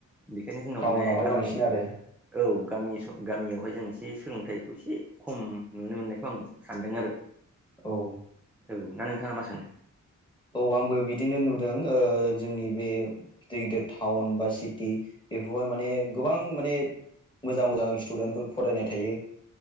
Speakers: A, in the centre; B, on the left.
A: बेखायनो जोंनाव
B: टाउनावहाय
A: माने गामि
B: बांसिन आरो
A: औ गामि स गामियावहाय जों एसे सोलोंथाइखौ एसे खम नुनो मोननायखौ आं सानदों आरो,
B: औ औ
A: औ ना नोंथाङा मा सानो?
B: औ आंबो बिदिनो नुदों ओ जोंनि बे गिदिर-गिदिर टाउन बा सिटि बेफोरावाय माने गोबां माने मोजां-मोजां स्टुडेन्टफोर फरायनाय थायो।